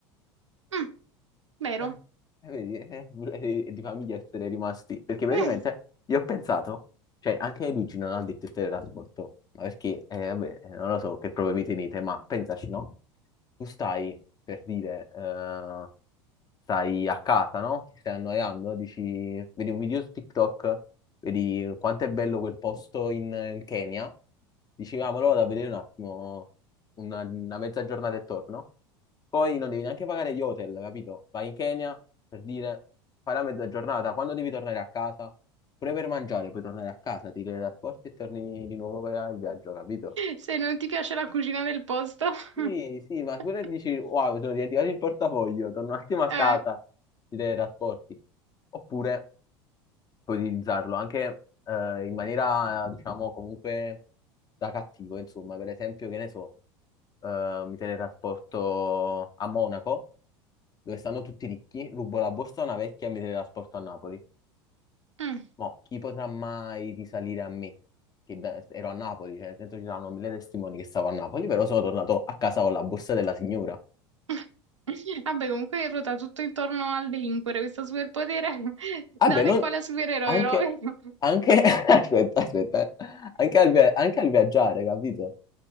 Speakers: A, on the right; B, on the left.
A: mm, vero.
B: Eh, eh, vedi, eh, <laughs> eh, di famiglia essere rimasti, perché praticamente
A: <laughs>
B: io ho pensato, cioè anche Luigi non ha detto il teletrasporto, ma perché, eh, vabbè, eh, non lo so che prove vi tenete, ma pensaci, no? Tu stai, per dire, eh, stai a casa, no? Ti stai annoiando, dici, vedi un video su TikTok, vedi quanto è bello quel posto in, in Kenya, dici, ah, ma lo vado a vedere un attimo, una, una mezza giornata e torno. Poi non devi neanche pagare gli hotel, capito? Vai in Kenya per dire, fai la mezza giornata, quando devi tornare a casa, pure per mangiare, puoi tornare a casa, ti teletrasporti e torni di nuovo per il viaggio, capito?
A: Se non ti piace la cucina del posto.
B: Sì,
A: <laughs>
B: sì, ma pure dici, wow, mi sono dimenticato il portafoglio, torno un attimo a
A: Eh,
B: casa, ti teletrasporti. Oppure puoi utilizzarlo anche eh, in maniera, diciamo, comunque da cattivo, insomma, per esempio, che ne so, eh, mi teletrasporto a Monaco dove stanno tutti ricchi, rubo la borsa a una vecchia e mi teletrasporto a Napoli.
A: mm.
B: Mo, chi potrà mai risalire a me? Che da- ero a Napoli, cioè, nel senso ci saranno mille testimoni che stavo a Napoli, però sono tornato a casa con la borsa della signora.
A: <laughs> Vabbè, comunque ruota tutto intorno al delinquere, questo superpotere, <laughs>
B: Vabbè,
A: dare
B: non,
A: quale supereroe
B: anche,
A: proprio. <laughs>
B: anche, <laughs> aspetta, aspetta, eh. anche al, via- anche al viaggiare, capito?